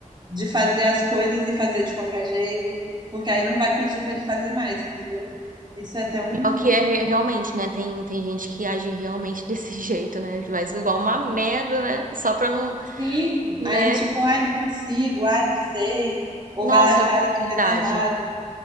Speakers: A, on the right; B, on the right.
A: de fazer as coisas e fazer de qualquer jeito, porque aí não vai pedir pra ele fazer mais, entendeu? Isso é até um.
B: Pior que é re- realmente, né? Tem, tem gente que age realmente desse <laughs> jeito, né? Faz igual uma merda, né? Só pra não,
A: Sim,
B: né?
A: aí tipo, ai, não consigo, ai, não sei, ou
B: Nossa,
A: vai lá e faz as
B: verdade.
A: coisas erradas.